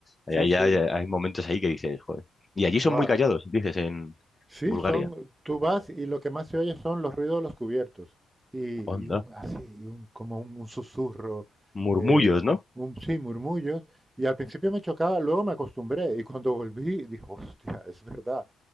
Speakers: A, on the left (about 20°); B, on the right (about 20°).
A: Hay,
B: sí,
A: hay,
B: sí,
A: hay hay momentos ahí que dices, joder. Y allí son
B: guau.
A: muy callados, dices, en
B: Sí,
A: Bulgaria.
B: son, tú vas y lo que más se oye son los ruidos de los cubiertos. Y,
A: Onda.
B: y un, así, y un- como un, un susurro,
A: Murmullos,
B: eh,
A: ¿no?
B: un, sí, murmullos. Y al principio me chocaba, luego me acostumbré. Y cuando volví, dije, hostia, es verdad.